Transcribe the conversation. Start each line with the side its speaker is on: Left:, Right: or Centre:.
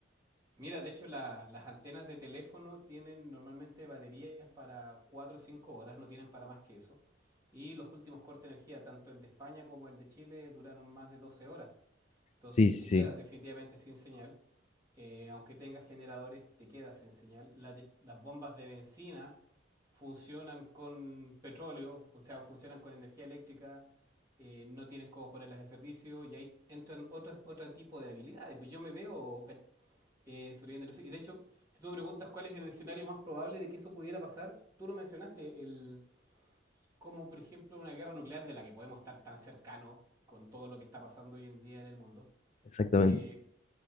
Right: mira, de hecho, la- las antenas de teléfono tienen normalmente baterías para 4 o 5 horas, no tienen para más que eso. Y los últimos cortes de energía, tanto el de España como el de Chile, duraron más de 12 horas. Entonces
Left: Sí, sí,
Right: te
Left: sí,
Right: quedas definitivamente sin señal. Eh, aunque tengas generadores, te quedas sin señal. La de- las bombas de benzina funcionan con petróleo, o sea, funcionan con energía eléctrica. eh, no tienes cómo ponerlas en servicio y ahí entran otros otro tipo de habilidades. Pues yo me veo ca- eh, sobreviviendo eso. Y de hecho, si tú me preguntas cuál es el escenario más probable de que eso pudiera pasar, tú lo mencionaste, el, como por ejemplo una guerra nuclear de la que podemos estar tan cercanos con todo lo que está pasando hoy en día en el mundo.
Left: exactamente.
Right: Eh,